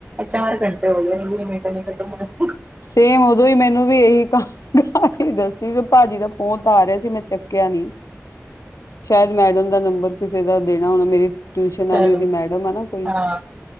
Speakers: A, on the right; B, on the left.
A: ਚਾਰ ਘੰਟੇ ਹੋ ਗਏ ਵੀਹ ਮਿੰਟ <unintelligible>
B: ਸੇਮ ਉਦੋਂ ਹੀ ਮੈਨੂੰ ਵੀ ਇਹੀ ਕ ਕਹਾਣੀ ਦੱਸੀ ਸੀ ਭਾਜੀ ਦਾ ਫੋਨ ਤਾਂ ਆ ਰਿਹਾ ਸੀ ਮੈਂ ਚੱਕਿਆ ਨੀ ਸ਼ਾਇਦ ਮੈਡਮ ਦਾ ਨੰਬਰ ਕਿਸੇ ਦਾ ਦੇਣਾ ਹੁਣ ਮੇਰੀ ਟਿਊਸ਼ਨ ਆਲੀ
A: ਚਲੋ
B: ਉਹਦੀ ਮੈਡਮ ਆ ਨਾ ਕੋਈ।
A: ਹਾਂ।